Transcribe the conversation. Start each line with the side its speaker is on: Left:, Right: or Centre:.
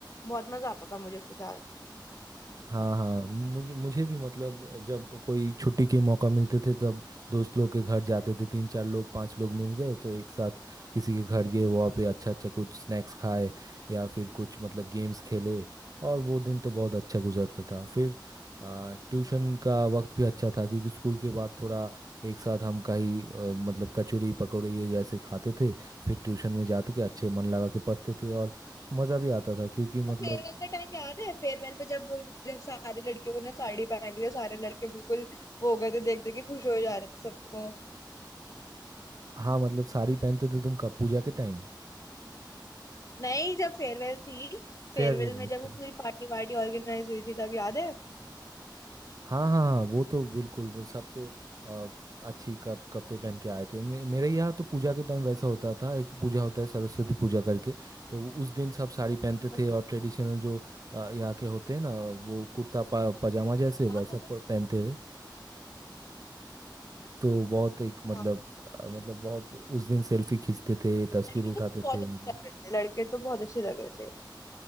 Left: बहुत मजा आता था मुझे उसके साथ
Right: हाँ हाँ मुझे मुझे भी मतलब जब कोई छुट्टी के मौका मिलते थे तब दोस्त लोग के घर जाते थे तीन चार लोग पांच लोग मिल गए तो एक साथ किसी के घर गए वहाँ पे अच्छा अच्छा कुछ स्नैक्स खाए या फिर कुछ मतलब गेम्स खेले और वो दिन तो बहुत अच्छा गुजरता था फिर आ, ट्यूशन का वक्त भी अच्छा था क्योंकि स्कूल के बाद थोड़ा एक साथ हम कहीं आ, मतलब कचौड़ी पकौड़ी ये जैसे खाते थे फिर ट्यूशन में जाते
Left: हाँ,
Right: के अच्छे मन लगा के पढ़ते थे और मज़ा भी आता था क्योंकि मतलब
Left: वो फेयरवेल का टाइम याद है फेयरवेल पे जब जब सारे लड़कियों ने साड़ी पहनी थी सारे लड़के बिल्कुल वो हो गए थे देख देख के खुश हो जा रहे थे सबको
Right: हाँ मतलब साड़ी पहनते थे तुम कब पूजा के टाइम
Left: नहीं जब फेयरवेल थी फेयरवेल
Right: फेयरवेल में
Left: में जब
Right: था
Left: वो पूरी पार्टी वार्टी ऑर्गेनाइज हुई थी तब याद है
Right: हाँ हाँ हाँ वो तो बिल्कुल वो सब तो अ, अच्छी कप कपड़े पहन के आए थे मे, मेरे यहाँ तो पूजा के टाइम वैसा होता था एक पूजा होता है सरस्वती पूजा करके तो वो उस दिन सब साड़ी पहनते
Left: अच्छा
Right: थे और ट्रेडिशनल जो अ, यहाँ के होते हैं ना वो कुर्ता पा, पजामा जैसे वैसा
Left: हाँ वो भी
Right: प-
Left: तो
Right: पहनते
Left: हुई थी।
Right: थे तो बहुत एक मतलब
Left: हाँ
Right: अ, मतलब बहुत उस दिन सेल्फी खींचते थे तस्वीर
Left: लड़के
Right: उठाते
Left: तो बहुत
Right: थे
Left: अच्छे
Right: मतलब
Left: लग रहे थे लड़के तो बहुत अच्छे लग रहे थे